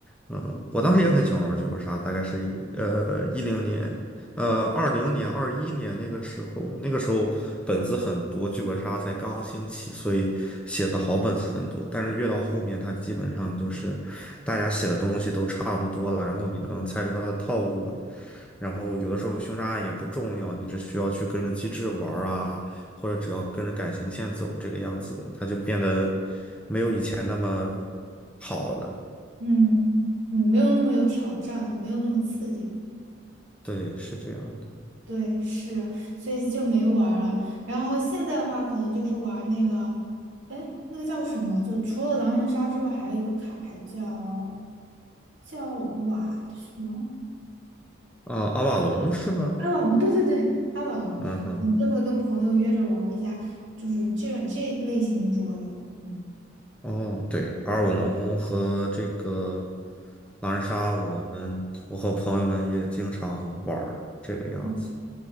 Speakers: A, in the centre; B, on the right (about 65°).
A: 呃，我当时也很喜欢玩剧本杀，大概是一呃一零年，呃，二零年、二一年那个时候，那个时候本子很多，剧本杀才刚兴起，所以写的好本子很多。但是越到后面，它基本上就是大家写的东西都差不多了，然后你能猜出它的套路了。然后有的时候凶杀案也不重要，你只需要去跟着机制玩儿啊，或者只要跟着感情线走这个样子的，它就变得没有以前那么好了。
B: 嗯嗯，没有那么有挑战了，没有那么刺激了。
A: 对，是这样的。
B: 对，是，所以就没玩儿了。然后现在的话，可能就是玩那个，哎，那个叫什么？就除了狼人杀之外，还有一个卡牌叫叫瓦什么？
A: 啊、阿瓦隆是吗？
B: 阿瓦隆，对对对，阿瓦隆，
A: 嗯哼。
B: 我们这回跟朋友约着玩儿一下，就是这个这一类型的桌游。嗯
A: 哦，对，阿尔瓦农和这个狼人杀，我们我和朋友们也经常玩儿这个样子。
B: 嗯，